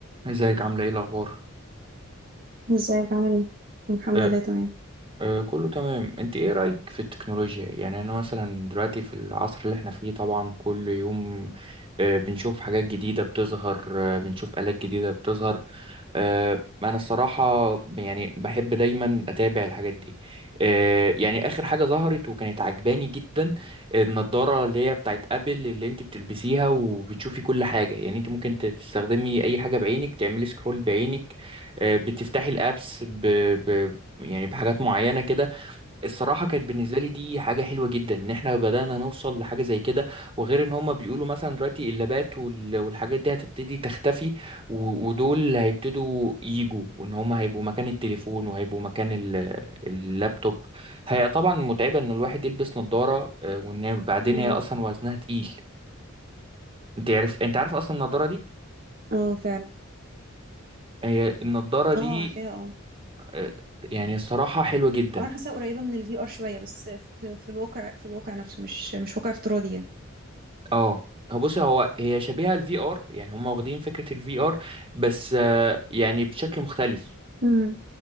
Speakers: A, on the right; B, on the right.
A: ازيك عاملة ايه الأخبار؟
B: ازيك عامل ايه الحمد
A: أه
B: لله تمام
A: أه كله تمام انت ايه رأيك في التكنولوجيا؟ يعني انا مثلا دلوقتي في العصر اللي احنا فيه طبعا كل يوم أه بنشوف حاجات جديدة بتظهر أه بنشوف آلات جديدة بتظهر آه، انا الصراحه يعني بحب دايما اتابع الحاجات دي آه، يعني اخر حاجه ظهرت وكانت عجباني جدا النضاره اللي هي بتاعت ابل اللي انت بتلبسيها وبتشوفي كل حاجه يعني انت ممكن تستخدمي اي حاجه بعينك تعملي سكرول بعينك آه، بتفتحي الابس ب... ب... يعني بحاجات معينه كده الصراحة كانت بالنسبة لي دي حاجة حلوة جدا ان احنا بدأنا نوصل لحاجة زي كده وغير ان هما بيقولوا مثلا دلوقتي اللابات وال- والحاجات دي هتبتدي تختفي و- ودول هيبتدوا يجوا وان هما هيبقوا مكان التليفون وهيبقوا مكان ال- اللابتوب هي طبعا متعبة ان الواحد يلبس نظارة آه، وان بعدين
B: مم.
A: هي اصلا وزنها تقيل انت عارف انت عارف اصلا النظارة دي
B: اه فعلا
A: هي النظارة دي
B: اه عارفاها اه
A: آه، يعني الصراحة حلوة جدا
B: انا حاساها قريبه من الفي ار شويه بس في, في الواقع في الواقع نفسه مش مش واقع افتراضي يعني
A: اه هو بص هو هي شبيهة الفي ار يعني هم واخدين فكرة الفي ار بس آه، يعني بشكل مختلف
B: امم